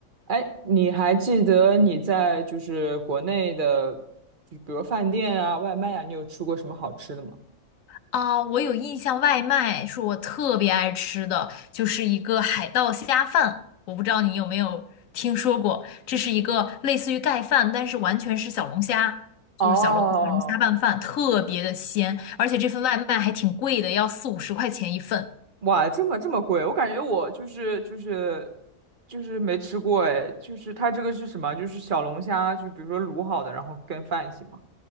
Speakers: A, on the right; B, on the left.
A: 哎，你还记得你在就是国内的，就比如饭店啊、外卖啊，你有吃过什么好吃的吗？
B: 啊，我有印象，外卖是我特别爱吃的，就是一个海盗虾饭。我不知道你有没有听说过，这是一个类似于盖饭，但是完全是小龙虾，
A: 哦，
B: 就是小龙小龙虾拌饭，特别的鲜，而且这份外卖还挺贵的，要四五十块钱一份。
A: 哇，这么这么贵，我感觉我就是就是就是没吃过哎，就是它这个是什么？就是小龙虾，就比如说卤好的，然后跟饭一起吗？